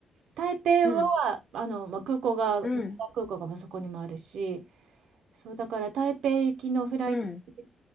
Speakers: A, on the right (about 85°); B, on the left (about 25°).
A: 台北は、
B: うん、
A: あの、まあ、空港が、
B: うん、
A: 空港がまあそこにもあるし、そうだから台北行きのフライトで行っ
B: うん。